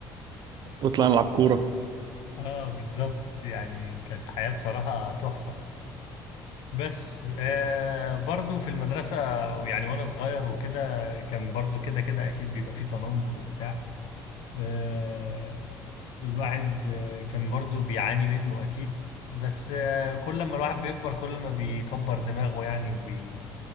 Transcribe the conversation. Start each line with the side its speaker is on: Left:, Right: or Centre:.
Right: وطلعنا نلعب كورة
Left: اه بالظبط يعني كانت حياة بصراحة تحفة بس آه برضو في المدرسة يعني وأنا صغير وكده كان برضو كده كده أكيد بيبقى فيه تنمر وبتاع آه الواحد آه كان برضو بيعاني منه أكيد بس آه كل ما الواحد بيكبر كل ما بيكبر دماغه يعني وبي